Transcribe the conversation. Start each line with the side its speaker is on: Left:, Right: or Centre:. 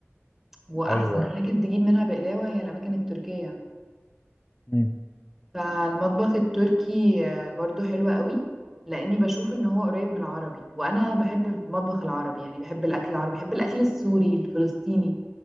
Centre: واحسن
Left: أيوه
Centre: اماكن
Left: أيوه
Centre: تجيب منها بقلاوة هي الاماكن التركية
Left: مم.
Centre: فالمطبخ التركي آه، برضو حلو قوي لاني بشوف ان هو قريب من العربي وانا بحب المطبخ العربي يعني بحب الاكل العربي بحب الاكل السوري الفلسطيني